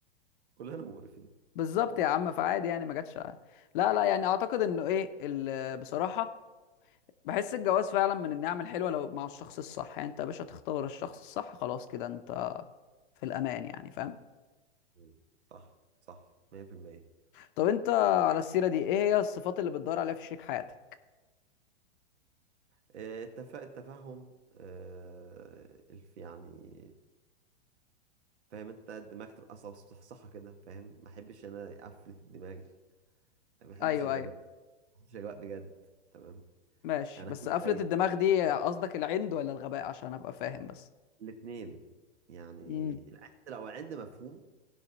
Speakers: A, on the right; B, on the left.
A: كلنا مقرفين
B: بالظبط
A: والله
B: يا عم فعادي يعني ما جاتش لا لا يعني اعتقد انه ايه ال... بصراحه بحس الجواز فعلا من النعم الحلوه لو مع الشخص الصح يعني انت يا باشا تختار الشخص الصح خلاص كده انت في الامان يعني فاهم
A: مم. صح صح 100%
B: طب انت على السيره دي ايه هي الصفات اللي بتدور عليها في شريك حياتك
A: آه، التف... التفهم آه، الف يعني فاهم انت الدماغ تبقى صح- صحصحة كده فاهم ما احبش انا افلت الدماغ ما احبش
B: ايوه
A: الجبان
B: ايوه
A: ما احبش الجباء بجد تمام
B: ماشي
A: انا
B: بس
A: حابب
B: قفلة
A: زيك
B: الدماغ دي قصدك العند ولا الغباء عشان ابقى فاهم بس
A: الاثنين يعني
B: امم
A: العند لو عند مفهوم